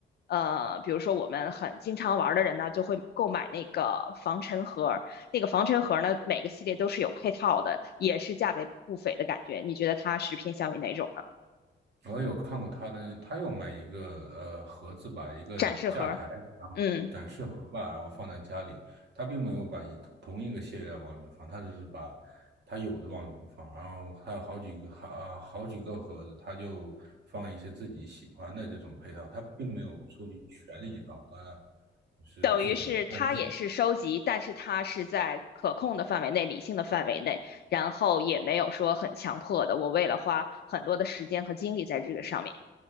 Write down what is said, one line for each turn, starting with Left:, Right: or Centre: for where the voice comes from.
Left: 呃，比如说我们很经常玩儿的人呢，就会购买那个防尘盒儿，那个防尘盒儿呢，每个系列都是有配套的，也是价格不菲的感觉。你觉得它是偏向于哪种呢？
Right: 我有看过他的，他有买一个呃盒子吧，一个架台，
Left: 展示盒儿，
Right: 然后展示盒吧，
Left: 嗯。
Right: 然后放在家里。他并没有把一同一个系列往里面放，他只是把他有的往里面放，然后还有好几个好呃好几个盒子，他就放一些自己喜欢的这种配套，他并没有收集全一套，他就是自己按自
Left: 等于是它也是收集，但是它是在可控的范围内、理性的范围内，然后也没有说很强迫的。我为了花很多的时间和精力在这个上面，